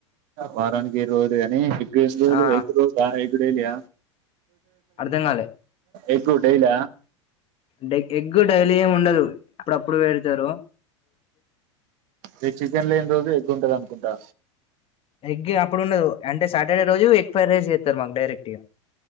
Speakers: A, on the right; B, on the left.
A: వారానికి ఏడు రోలు కానీ ఎగ్ ఎస్ తుమ్
B: ఆ
A: ఎగ్తో బాయ్ గు డైలియ
B: అర్ధం కాలే
A: ఎగ్ డైల
B: డె ఎగ్ ఎగ్గు డైలీ ఏమి ఉండదు అప్పుడప్పుడు పెడతారు
A: రేపు చికెన్ లేని రోజు ఎగ్గుంటది అనుకుంటా
B: ఎగ్ అప్పుడు ఉండదు అంటే సాటర్డే రోజు ఎగ్ ఫ్రైడ్ రైస్ చేస్తారు మాకు డైరెక్ట్గా